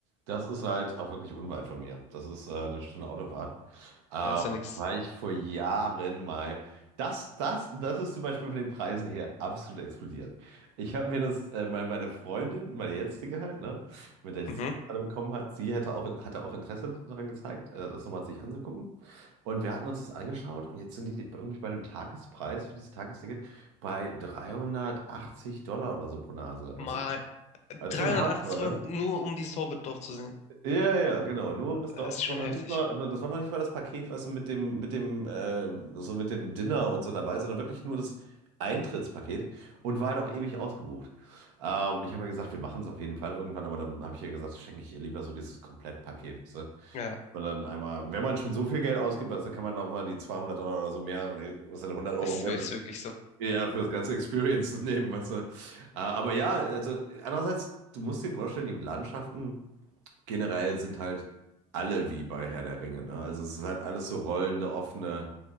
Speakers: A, on the right; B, on the left.
A: Das ist halt auch wirklich unweit von mir. Das ist äh, eine Stunde Autofahrt. Ähm,
B: Ja, ist ja nix.
A: war ich vor Jahren mal. Das, das, das ist zum Beispiel von den Preisen her absolut explodiert. Ich habe mir das, äh, meine, meine Freundin, meine jetzige halt, ne, mit der ich
B: Mhm.
A: es gerade bekommen hat, sie hätte auch, hatte auch Interesse daran gezeigt, äh, das nochmal sich anzugucken. Und wir hatten uns das angeschaut und jetzt sind die irgendwie bei einem Tagespreis für dieses Tagesticket bei 380 Dollar oder so pro Nase. Also,
B: Mal
A: also
B: 380
A: schon hardcore, ne?
B: Euro nur um dieses Hobbitdorf zu sehen.
A: Ja, ja, genau. Nur um das
B: Das
A: Dorf zu
B: ist schon
A: sehen, noch
B: heftig.
A: nicht mal, also das war noch nicht mal das Paket, weißt du, mit dem, mit dem, äh, so mit dem Dinner und so dabei, sondern wirklich nur das Eintrittspaket und war halt auch ewig ausgebucht. Ähm, ich habe ja gesagt, wir machen es auf jeden Fall irgendwann, aber dann habe ich ja gesagt, schenke ich ihr lieber so dieses Komplettpaket, weißt du?
B: Ja,
A: Und dann einmal, wenn man schon so viel Geld ausgibt, weißt du, dann kann man nochmal die 200 Dollar oder so mehr oder was dann hundert Euro
B: es
A: mehr
B: ist
A: sind,
B: wirklich so.
A: ja, für das ganze Experience <laughs> nehmen, weißt du? Äh, aber ja, also andererseits, du musst dir vorstellen, die Landschaften generell sind halt alle wie bei Herr der Ringe, ne? Also es ist halt alles so rollende, offene